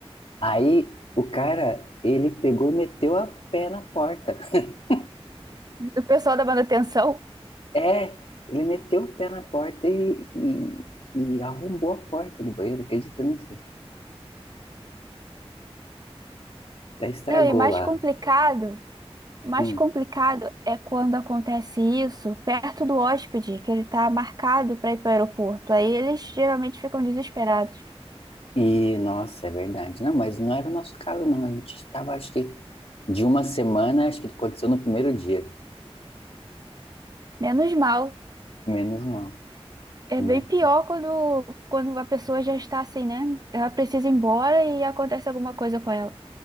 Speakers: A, on the left; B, on the right.
A: Aí o cara, ele pegou e meteu a pé na porta. <laughs>
B: O pessoal da dando atenção.
A: É, ele meteu o pé na porta e, e, e arrombou a porta do banheiro, acredita nisso? Até estragou
B: Não, e mais
A: lá.
B: complicado, o mais
A: Hum.
B: complicado é quando acontece isso perto do hóspede, que ele tá marcado para ir para o aeroporto. Aí eles geralmente ficam desesperados.
A: E, nossa, é verdade. Não, mas não era o nosso caso, não. A gente estava, acho que, de uma semana, acho que aconteceu no primeiro dia.
B: Menos mal.
A: Menos mal,
B: É
A: né?
B: bem pior quando, quando a pessoa já está assim, né? Ela precisa ir embora e acontece alguma coisa com ela.